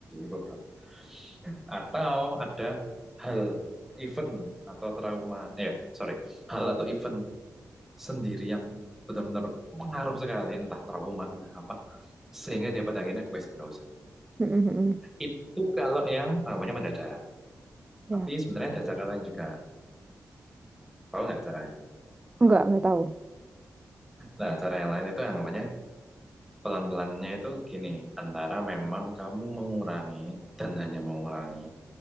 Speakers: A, in the centre; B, on the right.
A: beberapa atau ada hal event atau trauma eh sorry hal atau event sendiri yang benar-benar pengaruh sekali entah trauma entah apa sehingga dia pada akhirnya wes nggak usah
B: Mm-mm, mm-mm.
A: itu kalau yang anggapannya mendadak
B: Ya.
A: tapi sebenarnya ada cara lain juga tahu nggak cara lain
B: Nggak, nggak tahu.
A: nah cara yang lain itu anggapannya Pelan-pelannya itu gini, antara memang kamu mengurangi dan hanya mengurangi.